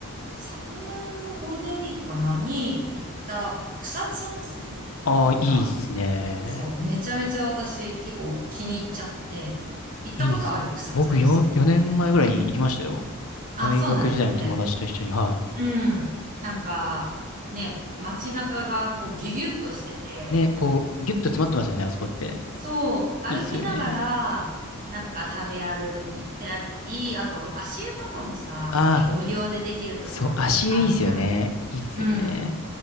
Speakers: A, on the right (about 40°); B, on the left (about 75°).
A: 昨年のゴールデンウィークかなに行った草津温泉
B: ああー、いいっすね。
A: が、そう、めちゃめちゃ私結構気に入っちゃって、行ったことある草津温泉。
B: いいっすね。僕4、4年前ぐらいに行きましたよ。
A: あ、
B: 大学時代の友達と一緒に、
A: そうなんだね。
B: は
A: うん。なんか、ね、街中がこうギュギュッとしてて、
B: い。ね、こう、ギュッと詰まってますよね、あそこって。
A: そう、歩きながら、
B: いいっすよね。
A: なんか食べ歩いたり、あと足湯とかもさ、
B: あ
A: 結構無料でできるところもあるじゃん。
B: あ、そう、足湯いいっすよね。いいっすよね。
A: うん。